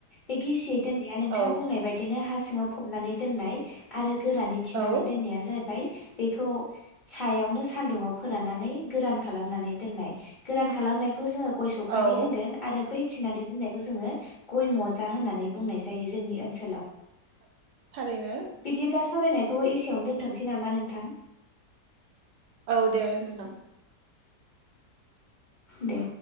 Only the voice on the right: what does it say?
औ
औ
औ
थारैनो
औ दे नोंथां।